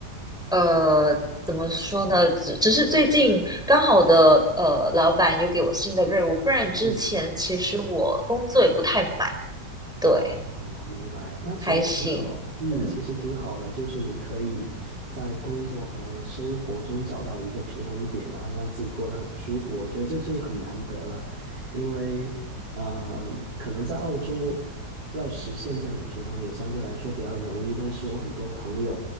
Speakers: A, in the centre; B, on the right.
A: 呃，怎么说呢？只只是最近刚好我的呃老板有给我新的任务，不然之前其实我工作也不太满。
B: 嗯。
A: 对，
B: 哦，明白。那其实挺好，
A: 还行，
B: 嗯，
A: 嗯，
B: 其实挺好的，就是你可以在工作和生活中找到一个平衡点，然后让自己过得很舒服。我觉得这就很难得了，因为呃，可能在澳洲要实现这样的平衡也相对来说比较容易，但是我很多朋友